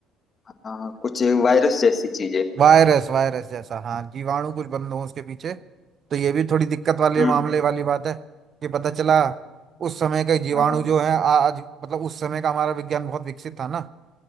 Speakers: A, on the left; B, on the right.
A: हाँ कुछ वायरस जैसी चीजें
B: वायरस वायरस जैसा हाँ जीवाणु कुछ बंद हो उसके पीछे तो ये भी थोड़ी दिक्कत वाले
A: हम्म
B: मामले
A: हम्म,
B: वाली बात है कि पता चला उस समय के जीवाणु
A: हाँ हाँ
B: जो है आज मतलब उस समय का हमारा विज्ञान बहुत विकसित था ना